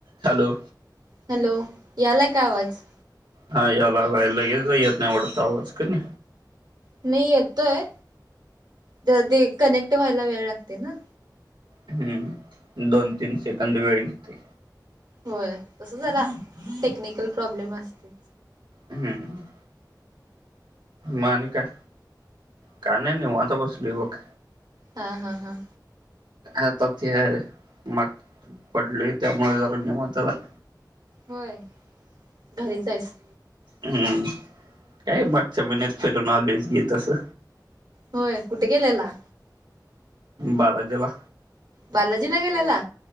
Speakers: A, on the right (about 80°); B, on the right (about 60°).
A: Hello
B: hello यालाय का आवाज?
A: हा यायला लगेच येत नाही वाटत आवाज कमी
B: नाही येतोय जदी कनेक्ट व्हायला वेळ लागते ना
A: हम्म दोन, तीन सेकंद वेळ निघते
B: होय तस जरा टेक्निकल प्रॉब्लेम असते
A: हम्म मग आणि काय का नाही नाही निवांत बसलोय बघ
B: हा हा हां
A: आता ते मग पडलोय त्यामुळे जर निवांत राह
B: होय घरीच आहेच
A: हम्म काय मागच्या महिन्यात फिरून आलोयच की तसं
B: होय कुठे गेलेला?
A: बालाजी ला
B: बालाजी ला गेलेला